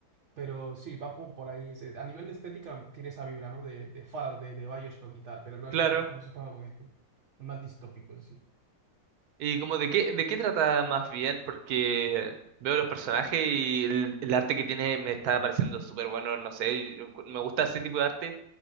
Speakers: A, on the right; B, on the right.
A: Pero sí, va como por ahí. ese- A nivel de estética mm, tiene esa vibra, ¿no? De, de Fallout, de, de Bioshock y tal, pero no
B: claro.
A: es poca, no es poca- es más distópico en sí.
B: ¿Y como de qué, de qué trata más bien? Porque veo los personajes y el, el arte que tiene me está pareciendo súper bueno, no sé, yo me gusta ese tipo de arte,